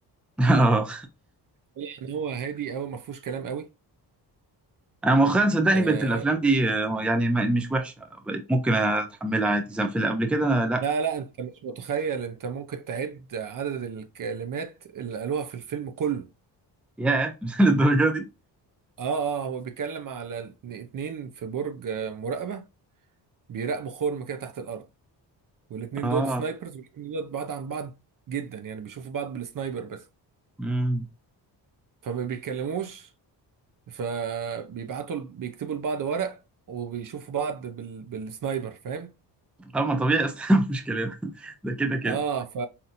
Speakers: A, in the centre; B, on the right (about 45°).
A: <laughs> اه
B: يعني هو هادي قوي ما فيهوش كلام قوي
A: انا مؤخرا صدقني
B: آه
A: بقت الافلام دي آه، يعني ما- مش وحشة بقت ممكن اتحملها عادي زي في اللي قبل كده لا
B: لا لا انت مش متخيل انت ممكن تعد عدد الكلمات اللي قالوها في الفيلم كله
A: ياه <laughs> للدرجة دي
B: اه اه هو بيتكلم على اتن- اتنين في برج آه، مراقبة بيراقبوا خرم كده تحت الارض والاتنين
A: اه
B: دول سنايبرز والاتنين دول بعاد عن بعض جدا يعني بيشوفوا بعض بالسنايبر بس
A: امم
B: فما بيتكلموش فبيبعتوا بيكتبوا لبعض ورق وبيشوفوا بعض بال... بالسنايبر فاهم
A: اه ما طبيعي اصلا <laughs> مش كلام ده كده كده
B: اه ف...